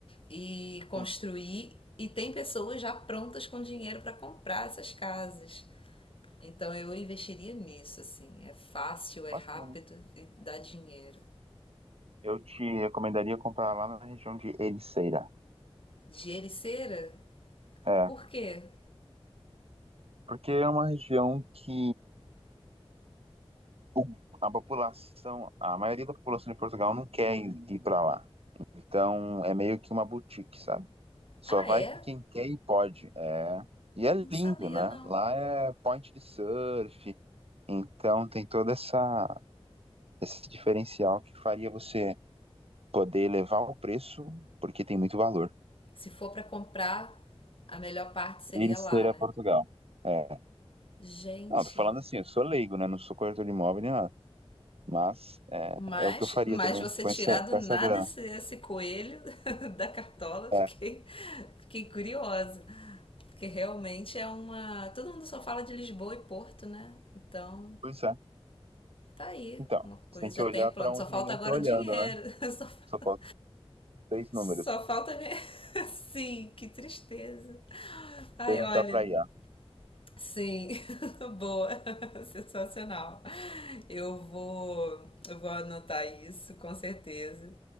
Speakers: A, on the left (about 60°); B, on the right (about 70°).
A: e construir
B: sim,
A: e tem pessoas já prontas com dinheiro para comprar essas casas então eu investiria nisso, assim. É fácil, é
B: bacana.
A: rápido e dá dinheiro.
B: Eu te recomendaria comprar lá na região de Ericeira.
A: De ericeira?
B: É,
A: Por quê?
B: porque é uma região que o- a população, a maioria da população de Portugal não quer ir para lá. Então é meio que uma boutique, sabe? Só
A: Ah,
B: vai
A: é?
B: quem quer e pode. É... E é
A: Não
B: lindo,
A: sabia,
B: né?
A: não.
B: Lá é point de surf, então tem todo essa, esse diferencial que faria você poder elevar o preço, porque tem muito valor.
A: Se for pra comprar, a melhor parte seria
B: ir ser
A: lá,
B: a
A: né?
B: Portugal. É.
A: Gente,
B: Não, tô falando assim, eu sou leigo, né? Não sou corretor de imóvel nem nada. Mas é,
A: mas,
B: é o que eu faria
A: mas
B: também
A: você
B: com
A: tirar
B: essa,
A: do
B: com
A: nada
B: essa grana.
A: esse, esse coelho <laughs> da cartola, fiquei,
B: É,
A: fiquei curiosa. Porque realmente é uma. Todo mundo só fala de Lisboa e Porto, né? Então,
B: pois é.
A: tá aí
B: Então,
A: uma coisa,
B: você tem que
A: já
B: olhar
A: tem um plano.
B: pra onde
A: Só falta
B: ninguém
A: agora
B: tá olhando,
A: o dinheiro.
B: né?
A: <laughs> Só falta
B: Só falta três números.
A: Só falta ganhar. <laughs> Sim, que tristeza. Ai,
B: Perguntar
A: olha.
B: pra IA.
A: Sim, <laughs> boa, <laughs> sensacional. Eu vou, eu vou anotar isso com certeza.